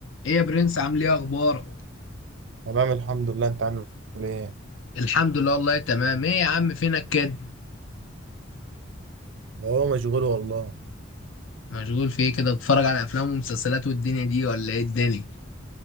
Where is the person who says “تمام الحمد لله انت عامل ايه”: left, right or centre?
Right